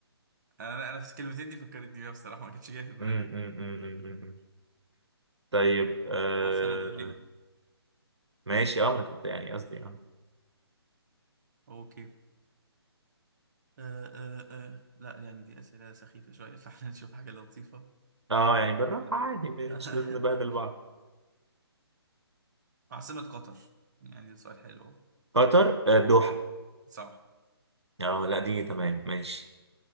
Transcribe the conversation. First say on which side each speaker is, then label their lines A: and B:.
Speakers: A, on the right; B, on the right.
A: انا لا، انا في الكلمتين دي فكرتني بيها بصراحه ما كانتش جايه في دماغي
B: م- م- م- م- م- م. طيب آه
A: اه استنى ده دوري بقى
B: ماشي اه ما انا كنت يعني قصدي اه
A: اوكي آه آه آه. لا يعني دي اسئله سخيفه شويه فاحنا <laughs> نشوف حاجه لطيفه
B: اه يعني بالراحة عادي مش
A: <laughs>
B: لازم نبهدل بعض
A: عاصمه قطر يعني ده سؤال حلو أهو.
B: قطر آه، الدوحة
A: صح
B: اه لا دي تمام ماشي